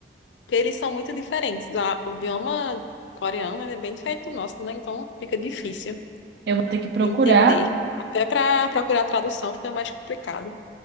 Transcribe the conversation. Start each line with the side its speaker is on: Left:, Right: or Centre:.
Left: Porque eles são muito diferentes. A- O idioma coreano, ele é bem diferente do nosso, né? Então fica difícil
Right: Eu vou ter que procurar.
Left: de entender. Até para procurar tradução fica mais complicado.